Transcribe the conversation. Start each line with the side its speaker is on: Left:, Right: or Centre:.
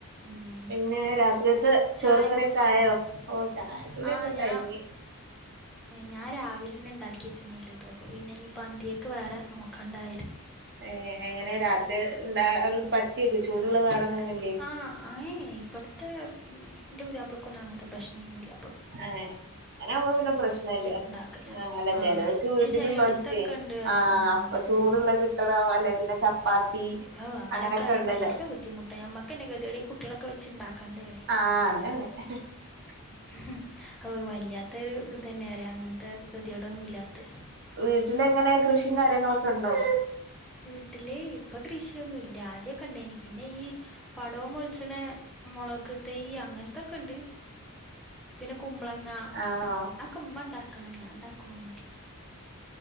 Centre: ഉം
Right: പിന്നെ രാത്രിയത്തെ ചോറും
Centre: ചായൊക്കെ
Right: കറിയൊക്കെ
Centre: കുടിച്ചോ
Right: ആയോ ഓ ചായ കുടിക്കെ
Centre: ആഹ് ഞാൻ
Right: കഴിഞ്ഞ്.
Centre: ഞാൻ രാവിലെന്നെ ഉണ്ടാക്കിച്ചണ് എല്ലോതും അപ്പൊ പിന്നെ ഇനിയിപ്പോ അന്തിയൊക്കെ വറെ നോക്കണ്ടായിരുന്നു
Right: ഏ എങ്ങനെ രാത്രി <unintelligible> ചൂടുള്ള വേണം എന്നൊന്നും ഇല്ലേ
Centre: ആഹ് എയ് ഇബടത്തെ ഇന്റെ പുതിയപ്പൾക്കൊന്നും അങ്ങനത്തെ പ്രശ്നമൊന്നുമില്ല.
Right: അഹ് അങ്ങനെ അവുമ്പോ പിന്നെ പ്രശ്നല്ല
Centre: ഇണ്ടാക്കല
Right: അല്ല
Centre: ആഹ്
Right: ചെലോൽക്ക്
Centre: പക്ഷെ
Right: വീട്ടിലുള്ളവക്ക്
Centre: ചെലോട്ത്തൊക്കെ ഇണ്ട് പറയാ
Right: ആഹ് അപ്പ
Centre: അതന്നെ
Right: ചൂ ചൂട് ഉള്ളത് കിട്ടണം അല്ലെ കി പിന്നെ ചപ്പാത്തി.
Centre: ആഹ് അനൊക്കെ
Right: അങ്ങനൊക്കെ
Centre: ആയ
Right: ഉണ്ടല്ലോ
Centre: ഭയങ്കര ബുദ്ധിമുട്ടാണ്. ഞമ്മക്ക് തന്നെ കെതിയാട് ഈ കുട്ടികളൊക്കെ വെച്ചുണ്ടാക്കേണ്ടേ പറേ
Right: ആ <inaudible>
Centre: ഉം ഓ വല്ലാത്ത ഒരു ഇതന്നെ അറിയ അങ്ങനത്തെ ഗതിയോട് ഒന്നും ഇല്ലാത്ത
Right: വീട്ടില് എങ്ങനെ കൃഷിയും കാര്യങ്ങളൊക്കെ ഉണ്ടോ?
Centre: വീട്ടില് ഇപ്പൊ കൃഷിയൊന്നു ഇല്ല ആദ്യക്കെ ഉണ്ടേനി പിന്നെ ഈ പടോം മുളിച്ചനെ മുളക് തയ്യ് അങ്ങനത്തൊക്കെ ഉണ്ട്. പിന്നെ കുമ്പളങ്ങ
Right: ആണോ
Centre: അക്കൊഇമ്മ ഉണ്ടാക്കണം ഞാൻ ഉണ്ടാക്കണൊന്നുല്ല